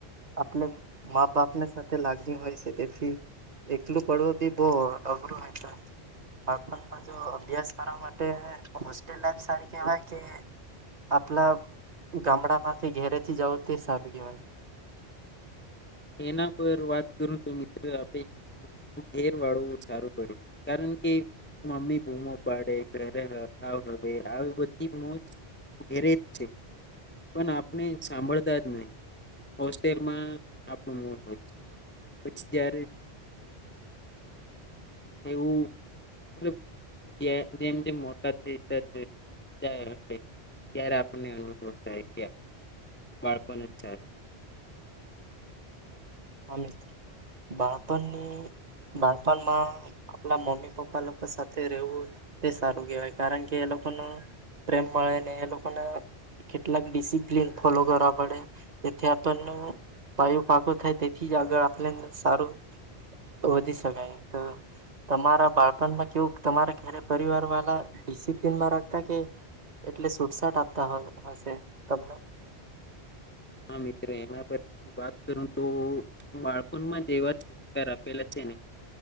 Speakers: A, on the right; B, on the left.
A: આપને મા બાપને સાથે લાગ્યું હોય છે. તેથી એકલું પડવુ બી બવ અઘરું હોય તો. બાળપણમાં જો અભ્યાસ કરવા માટે હોસ્ટેલ લાઈફ સારી કેવાય કે આપલા ગામડામાંથી ઘેરેથી જાવુ તે સારું કેવાય?
B: એના પર વાત કરું તો મિત્ર આપડે ઘેર વાળવું સારું પડ્યું. કારણ કે મમ્મી બૂમો પાડે ઘરે વહેલો આવજે હવે આવ બધી મોજ ઘેરે જ છે. પન આપને સાંભળતા જ નહી હોસ્ટેલમાં <unintelligible> પછી ત્યારે એવું. <unintelligible> જે જેમ જેમ મોટા <unintelligible> થઇ ત્યારે આપને અનુભવ થાય છે. <unintelligible>
A: હા. મિત્ર, બાળપણની બાળપણમાં આપણા મમ્મી પપ્પા લોકો સાથે રહેવું તે સારું કેહેવાય. કારણ કે, એ લોકોનો પ્રેમ મળે ને એ લોકોનો કેટલાક ડિસિપ્લન ફોલો કરવા પડે. તેથી આપણને પાયો પાકો થાય.. તેથી જ આગળ આપને સારું વધી શકાય. તો તમારા બાળપણમાં કેવું તમારા ધેરે પરિવાર વાલા ડિસિપ્લીનમાં રાખતા કે એટલી છૂટછાટ આપતા હશે તમને?
B: હા. મિત્ર એમા તો વાત કરું તો બાળપણમાં જેવા <unintelligible> સંસ્કાર આપેલા છે ને